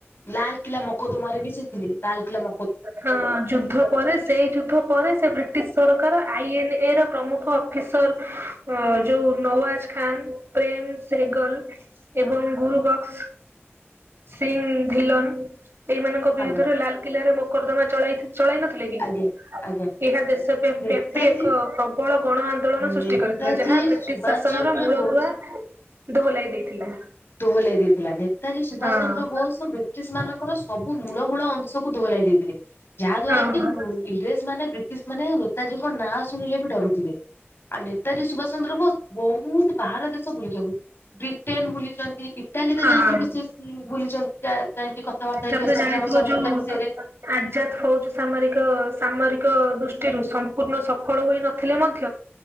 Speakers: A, on the left; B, on the right.
A: ଲାଲକିଲା ମକଦ୍ଦମାରେ ବି ସେ <unintelligible> ତାଲକିଲା
B: ହୁଁ ଯୁଦ୍ଧ ପରେ ସେଇ ଯୁଦ୍ଧ ପରେ ସେ ବ୍ରିଟିଶ୍ ସରକାର ଆଇ, ଏନ୍, ଏ, ର ପ୍ରମୁଖ ଅଫିସର ଯୋଉ ନୱାଜ ଖାନ୍ ପ୍ରେମ ସେଗଲ୍ ଏବଂ ଗୁରୁବକ୍ସ୍ ସିଂ ଭିଲନ୍ ଏଇମାନଙ୍କ ବିରୁଦ୍ଧରେ
A: ଆଜ୍ଞା
B: ଲାଲ୍ ଲାଲ୍ କିଲ୍ଲାରେ ମକଦ୍ଦମା ଚ ଚଳାଇ ନଥିଲେ କି
A: ଆଜ୍ଞା ଆଜ୍ଞା
B: ଏହା ଦେଶ ବ୍ୟାପୀ
A: ନେତାଜୀ
B: ଏକ ପ୍ରବଳ ଗଣ ଆନ୍ଦୋଳନ ସୃଷ୍ଟି
A: ନେତାଜୀ
B: କରିଥିଲା ଯାହା ବ୍ରିଟିଶ୍
A: ସୁଭାଷ
B: ଶାସନର
A: ଚନ୍ଦ୍ର
B: ମୂଳ
A: ବୋଷ
B: ଦୁଆ ଦୋହଲାଇ ଦେଇଥିଲା।
A: ଦୋହଲାଇ ଦେଇଥିଲା ନେତାଜୀ ସୁବାଷଚନ୍ଦ୍ର
B: ହଁ
A: ବୋଷଙ୍କ ର ବ୍ରିଟିଶ୍ ମାନଙ୍କର ସବୁ ମୂଳମୂଳ ଅଂ ସବୁ ଧୋହଲାଇ ଦେଇଥିଲେ ଯାହା ଦ୍ଵାରା
B: ହଁ
A: କି ମୁ ଇଂରେଜ ମାନେ ବ୍ରିଟିଶି ମାନେ ନେତାଜୀଙ୍କ ନାଁ ଶୁଣିଲେ ବି ଡରୁଥିଲେ ଆଉ ନେତାଜୀ ସୁଭାଷ ଚନ୍ଦ୍ର ବୋଷ ବହୁତୁ ବାହାର ଦେଶ ବୁଲିଛନ୍ତି ବ୍ରିଟେନ ବୁଲିଛନ୍ତି ଇଟାଲୀରେ
B: ହଁ।
A: ଯାଇକି ବି ସେ ବୁଲିଛନ୍ତି ଯା ଯାଇକି କଥାବାର୍ତା
B: ତାପରେ
A: ହେଇକି ଆସିଛନ୍ତି
B: ଜାଣିଥିବ
A: ଆମ ସ୍ଵାଧୀନତା
B: ଯୋଉ
A: ବିଷୟରେ।
B: ଆଜାଦ ଫୌଜ ସାମରିକ ସାମରିକ ଦୃଷ୍ଟିରୁ ସମ୍ପୂର୍ଣ୍ଣ ସଫଳ ହୋଇନଥିଲେ ମଧ୍ୟ